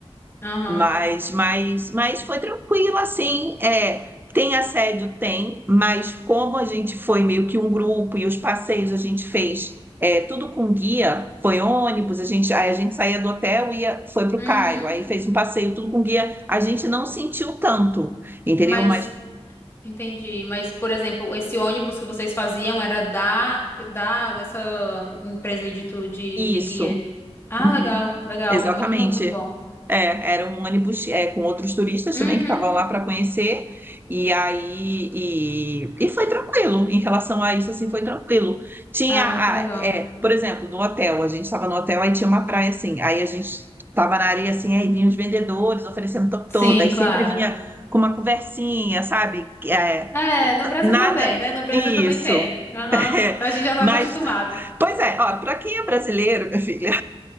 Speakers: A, on the left; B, on the right.
A: Aham.
B: Mas, mas, mas foi tranquilo, assim, é, tem assédio? Tem, mas como a gente foi meio que um grupo e os passeios a gente fez é, tudo com guia, foi ônibus, a gente, aí a gente saía do hotel e ia, foi para
A: Uhum.
B: o Cairo, aí fez um passeio tudo com guia, a gente não sentiu tanto, entendeu?
A: Mas,
B: Mas
A: entendi. Mas, por exemplo, esse ônibus que vocês faziam era da, da dessa empresa aí de, tu- de,
B: isso,
A: de guia. Ah,
B: uhum,
A: legal, legal.
B: exatamente.
A: Muito, ma- muito bom.
B: É, era um ônibus é, com outros turistas
A: Uhum.
B: também que estavam lá para conhecer, e aí e, e foi tranquilo em relação a isso, assim, foi tranquilo. Tinha,
A: Ah,
B: a-
A: muito legal.
B: é, por exemplo, no hotel, a gente estava no hotel, aí tinha uma praia assim, aí a gente estava na areia assim, aí vinham os vendedores oferecendo top
A: Sim,
B: todo, aí sempre
A: claro.
B: vinha com uma conversinha, sabe? É,
A: É, no Brasil
B: nada.
A: também, né? No Brasil
B: Isso,
A: também tem.
B: <laughs>
A: Aham.
B: É,
A: Então a gente já tá
B: mas,
A: acostumado.
B: pois é, ó, para quem é brasileiro, minha filha.